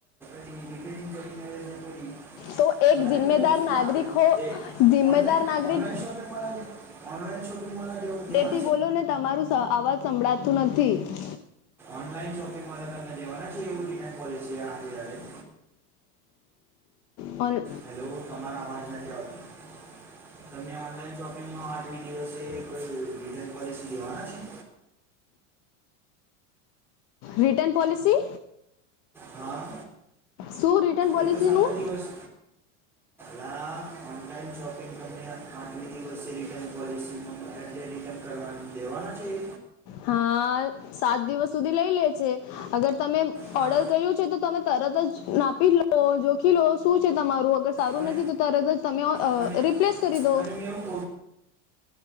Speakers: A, in the centre; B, on the left.
A: પી રિપેરિંગ કરીને આવે છે થોડી
B: તો એક જિમ્મેદાર નાગરિક
A: આપે
B: હો જિમ્મેદાર
A: ઓનલાઈન
B: નાગરિક
A: શોપિંગ વાળ છે ઓનલાઈન શોપિંગે
B: થી બોલો ને તમારું અવાજ સંભળાતું નથી
A: ઓનલાઈન શોપિંગ માળ તને લેવાના છે એવું કી કઈ પોલિસી આ્યું જયારે
B: ઓર
A: હેલો તમારા અવાજ નથી આવ્યો તમે ઓનલાઈન શોપિંગ ના આઠમી દિવસે કોઈ રિટર્ન પોલિસી લેવાના છે
B: રિટન પોલિસી
A: હા
B: શું રિટર્ન પોલિસીનું
A: એ તો <unintelligible> દિવસ હા ઓનલાઈન શોપિંગ તમને આઠમે દિવસે રિટર્ન પોલિસીમાં એટલે રિટર્ન કરવા દેવાના છે.
B: હા સાત દિવસ સુધી લઈ લે છે અગર તમે
A: હા
B: ઓર્ડર કર્યું છે તો તમે તરત જ નાપી લો જોખી લો શું છે તમારું અગર સારું
A: પણ
B: નથી તો તરત જ તમે
A: પણ
B: રિપ્લેસ કરી દો
A: <unintelligible> એવું